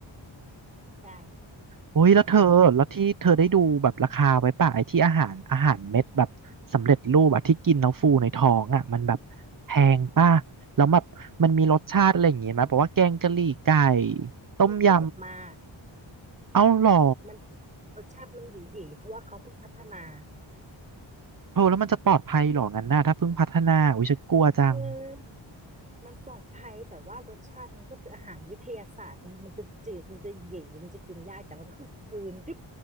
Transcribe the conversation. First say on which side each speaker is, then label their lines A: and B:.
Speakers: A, on the right; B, on the right.
A: ได้
B: โอ้ยแล้วเธอ แล้วที่เธอได้ดูแบบราคาไว้ป่ะไอ้ที่อาหารอาหารเม็ดแบบสำเร็จรูปอะที่กินแล้วฟูในท้องอะมันแบบแพงป่ะแล้วแบบมันมีรสชาติอะไรอย่างงี้ไหมแบบว่าแกงกะหรี่ไก่ต้มย
A: ฉันเจืดมาก
B: ำ เอาหรอ
A: มันรสชาติมันหยีๆยเพราะว่าเขาเพิ่งพัฒนา
B: เธอแล้วมันจะปลอดภัยหรองั้นน่ะถ้าเพิ่งพัฒนาอุ้ยฉันกลัวจัง
A: คือมันปลอดภัยแต่ว่ารสชาติมันก็คืออาหารวิทยาศาสตร์ไงมันจะจืดมันจะเหยีมันจะกินยากแต่เราก็คือกลืนกรึบ